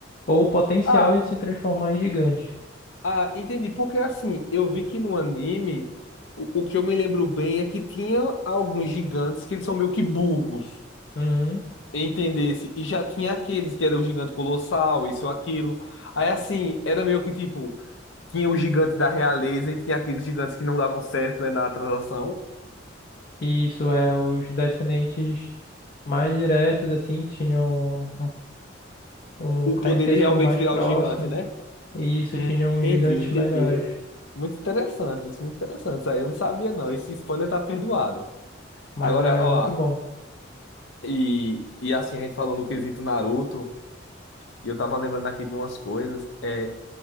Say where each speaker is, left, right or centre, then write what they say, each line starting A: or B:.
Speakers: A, on the left; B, on the left.
A: ou o potencial
B: Ah,
A: de se transformar em gigante.
B: ah, entendi. Porque, assim, eu vi que no anime, o, o que eu me lembro bem é que tinha alguns gigantes que eles são meio que burros,
A: Uhum.
B: entendesse? E já tinha aqueles que eram o gigante colossal, isso ou aquilo. Aí, assim, era meio que, tipo... tinha os gigantes da realeza e tinha aqueles gigantes que não davam certo, né, na transação.
A: E isso é, os descendentes mais diretos, assim, tinham um, um
B: O
A: parentesco
B: poder de realmente
A: mais
B: virar
A: próximo,
B: o gigante, né?
A: e isso
B: Hum,
A: tinham
B: entendi,
A: gigantes
B: entendi.
A: melhores.
B: É Muito interessante isso, muito interessante. Isso aí eu não sabia, não. Esse spoiler tá perdoado.
A: Mas
B: Agora,
A: é
B: ó,
A: muito bom.
B: e, e assim, a gente falou no quesito Naruto, e eu tava lembrando aqui de umas coisas. É,